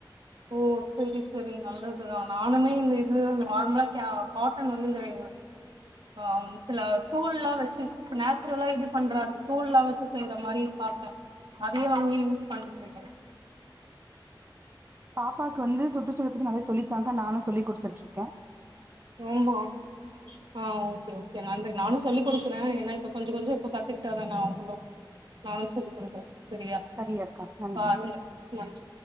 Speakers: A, on the right (about 70°); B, on the right (about 30°).
A: ஓ சரி சரி நல்லதுதா நானுமே இந்த இது நார்மலா கே காட்டன் வந்து இந்த ஆ சில தூள் எல்லா வெச்சு நேச்சுரலா இது பண்றாது தூள் எல்லா வெச்சு செய்ற மாரி பாத்தே அதையு வாங்கி யூஸ் பண்ணிட்டு இருக்கேன்
B: பாப்பாவுக்கு வந்து சுற்றுச்சூழல் பத்தி நெறைய சொல்லித்தாங்க நானு சொல்லிகுடுத்துட்டு இருக்கே
A: ஆமா ஆ ஓக்கே ஓக்கே நன்றி நானு சொல்லி கொடுக்குறே ஏன்னா இப்ப கொஞ்சு கொஞ்சு இப்ப கத்துக்கிட்டாதான அவங்களு நானு சொல்லி குடுக்குறே சரியா
B: சரி அக்கா நன்றி.
A: பாருங்க நன்றி